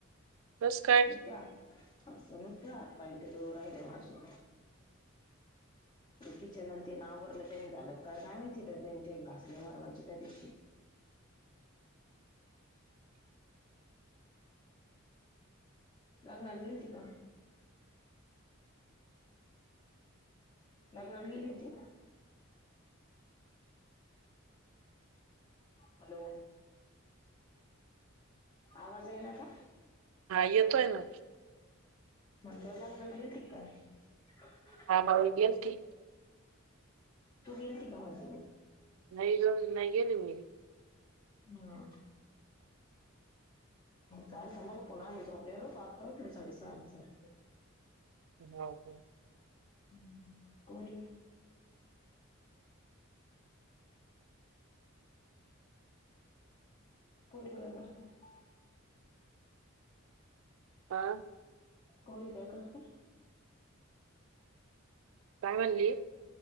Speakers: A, on the right (about 75°); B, on the left (about 25°).
A: बस काय
B: नुसते आ असं नुसत हात पाय <inaudible> राहिले माझे किचन अन तेन आवरलं त्यांनी झालं का काय माहिती डब्यांचे घासले <inaudible> त्या दिवशी लग्ना गेलती का लग्नाला गेली होती हॅलो आवाज यायला का
A: हा येतोय ना
B: मंडव लागलेल <inaudible>
A: हा <inaudible> गेलती
B: तू गेलती का <inaudible>
A: नाही रोज नाही गेली मी
B: हा चाल तर मला पुन्हा आम्ही झोपलेलो साडे सहा नूसार
A: हो हो
B: <inaudible> <unintelligible>
A: हा
B: <inaudible> काय करते
A: काय म्हणली?